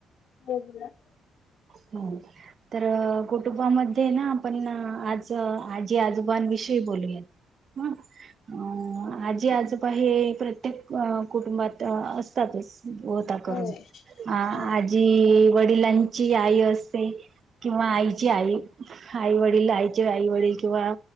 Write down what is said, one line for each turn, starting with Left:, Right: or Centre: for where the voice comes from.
Left: हो. बोला.
Right: हमं <inaudible> तर कुटुंबामध्ये ना आपण ना आज, आजी आजोबांनविषयी बोलूया. हं.. अ आजी आजोबा. हे प्रत्येक कुटुंबात असतातच. होता करून
Left: हो
Right: आ
Left: हो
Right: आजी वडिलांची आई असते. किंवा आईचे आई, आई, वडील, आईचे, आई, वडील किंवा.